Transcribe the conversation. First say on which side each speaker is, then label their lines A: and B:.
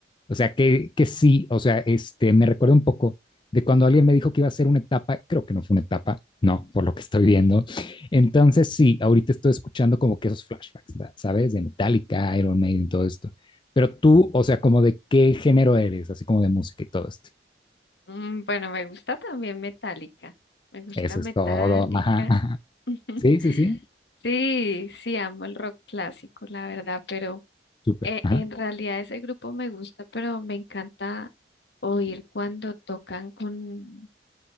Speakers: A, on the left; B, on the left.
A: O sea, que, que sí, o sea, este, me recuerda un poco de cuando alguien me dijo que iba a ser una etapa, creo que no fue una etapa, no, por lo que estoy viendo. Entonces, sí, ahorita estoy escuchando como que esos flashbacks, ¿sabes? De Metallica, Iron Maiden, todo esto. Pero tú, o sea, como de qué género eres, así como de música y todo esto.
B: Mm, bueno, me gusta también Metallica. Me gusta
A: Eso
B: Metallica.
A: es todo. Ajá, ajá.
B: <gasps>
A: Sí,
B: <laughs>
A: sí, sí.
B: Sí, sí, amo el rock clásico, la verdad, pero
A: Súper.
B: eh,
A: Ajá,
B: en realidad ese grupo me gusta, pero me encanta oír cuando tocan con,